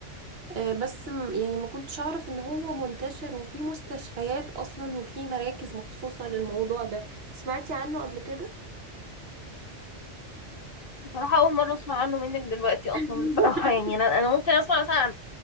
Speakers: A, on the right; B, on the left.
A: إيه، بس م- يعني ما كنتش أعرف إن هو منتشر وفي مستشفيات أصلا وفي مراكز مخصوصة للموضوع ده سمعتي عنه قبل كده؟
B: بصراحة أول مرة أسمع عنه منك دلوقتي أصلا
A: <laughs>
B: بصراحة يعني أنا أنا ممكن أسمع مثلا عن